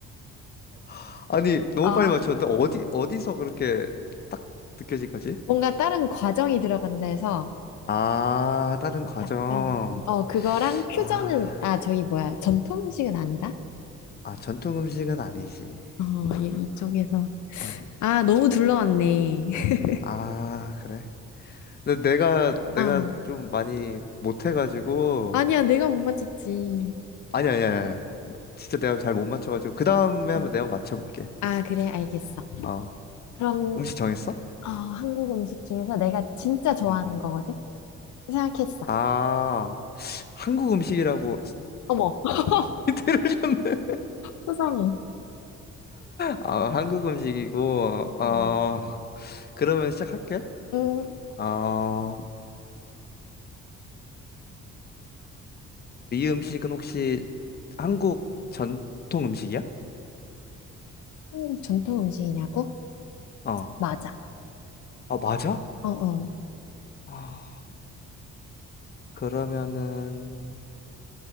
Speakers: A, on the left (about 35°); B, on the left (about 70°).
A: <laughs> 아니, 너무
B: 아,
A: 빨리 맞췄는데, 어디, 어디서 그렇게 딱 느껴진 거지?
B: 뭔가 다른 과정이 들어간다 해서
A: 아, 다른 과정.
B: 약간, 어, 그거랑 퓨전은,
A: 아,
B: 아, 저기 뭐야. 전통 음식은 아니다?
A: 아, 전통 음식은 아니지.
B: 어, 이- 이쪽에서.
A: 어,
B: 아, 너무 둘러왔네. <laughs>
A: 아, 그래. 근데 내가 내가
B: 아,
A: 좀 많이 못해가지고
B: 아니야, 내가 못 맞췄지.
A: 아니 아니 아니 진짜 내가 잘 못 맞춰가지고 그 다음에
B: 아,
A: 한번 내가 맞춰볼게.
B: 아, 그래, 알겠어.
A: 어
B: 그럼
A: 음식 정했어?
B: 어, 한국 음식 중에서 내가 진짜 좋아하는
A: 음음
B: 거거든? 생각했어.
A: 아 한국 음식이라고
B: 어머, <laughs>
A: <laughs> 힌트를 줬네.
B: 세상에.
A: 아 한국 음식이고
B: 음,
A: 어 그러면 시작할게.
B: 음,
A: 어 어 이 음식은 혹시 한국 전통 음식이야?
B: 한국 전통 음식이냐고?
A: 어.
B: 맞아.
A: 아 맞아?
B: 어, 어.
A: 아 그러면은